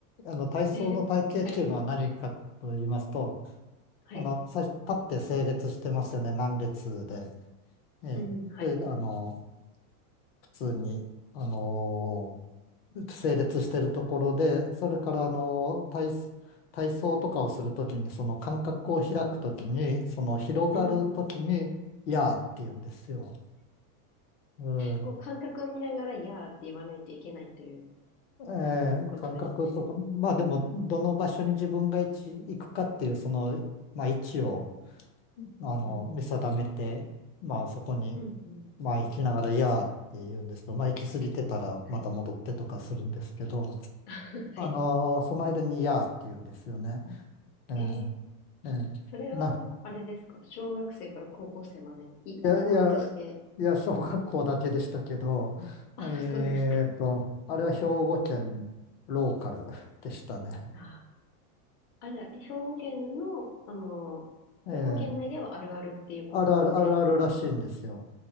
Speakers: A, on the left (about 40°); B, on the left (about 80°).
A: あの、体操の体型っていうのは何かと言いますと、
B: <laughs> はい。はい。
A: あの、
B: はい。
A: 最初立って整列してますよね、何列で。ええ。
B: うん、はい。
A: それで、あの、普通に、あの、整列してるところで、それから、あの、体、体操とかをするときに、その間隔を開くときに、その広がるときに、
B: うん、うん。
A: いやーって言うんですよ。うん。
B: こう感覚を見ながら、いやーって言わないといけないという
A: えー感覚とか、
B: ことですね。
A: まあでも、どの場所に自分が位置行くかっていう、その、まあ位置を、あの、
B: うん。
A: 見定めて、まあそこに、
B: うんうん。
A: まあ行きながら、いやーって言うんですけど、まあ行き過ぎてたらまた戻ってとかするんですけど、
B: はい。<laughs>
A: あのーその間に、
B: はい。
A: いやーって言うんですよね。
B: <laughs>
A: えー
B: へえ、
A: えーな、
B: それは、あれですか小学生から高校生までい統一して、
A: いや、いや、いや、小学校だけでしたけど、
B: あ、
A: えーと、
B: そうですか。
A: あれは兵庫県ローカルでしたね。
B: ああ。あ、じゃあ、兵庫県の、あの、
A: ええ
B: 兵庫県内ではあるあるっていうことですね。
A: あるあるあるあるらしいんですよ。
B: あ